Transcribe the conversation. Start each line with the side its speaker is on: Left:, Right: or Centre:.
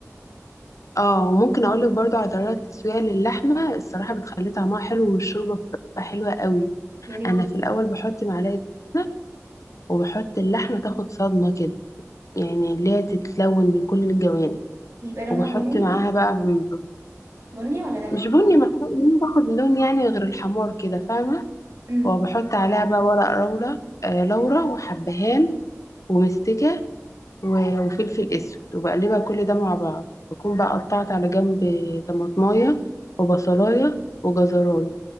Left: اه وممكن اقول لك برضو على طريقه تسويه للحمه الصراحه بتخلي طعمها حلو والشوربه بتبقى حلوه قوي
Right: يا ريت
Left: انا في الاول بحط معلقه سمنه وبحط اللحمه تاخد صدمه كده يعني اللي هي تتلون من كل الجوانب
Right: بيبقى لونها
Left: وبحط
Right: بني
Left: معاها بقى م-
Right: بني ولا ذهبي
Left: مش بني محروق يعني باخد لون يعني غير الحمار كده فاهمه
Right: مم.
Left: وبحط عليها بقى ورق لورا آه لورا وحبهان ومستكه و- وفلفل اسود وبقلبها كل ده مع بعض بكون بقى قطعت على جنب طماطمايه وبصلايه وجزرايه